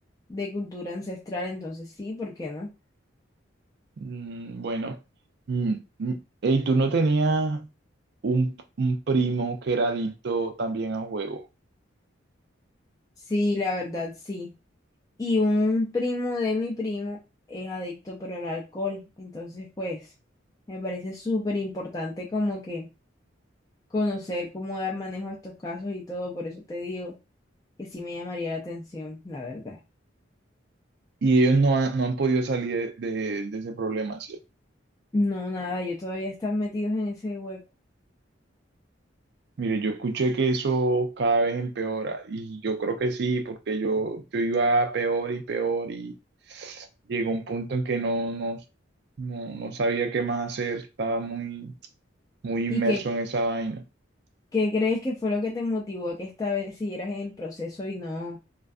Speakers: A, on the left; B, on the right.
A: de cultura ancestral, entonces sí, ¿por qué no?
B: Mm, bueno, mm, mm, ¿y tú no tenías un, un primo que era adicto también al juego?
A: Sí, la verdad sí. Y un primo de mi primo es adicto pero al alcohol. Entonces, pues, me parece súper importante como que conocer cómo dar manejo a estos casos y todo. Por eso te digo que sí me llamaría la atención, la verdad.
B: Y ellos no han, no han podido salir de, de- de ese problema, ¿cierto?
A: No, nada, yo todavía están metidos en ese hueco.
B: Mire, yo escuché que eso cada vez empeora y yo creo que sí, porque yo, yo iba peor y peor y llegó un punto en que no, no, no, no sabía qué más hacer, estaba muy, muy inmerso
A: ¿Y qué,
B: en esa vaina.
A: qué crees que fue lo que te motivó a que esta vez siguieras en el proceso y no,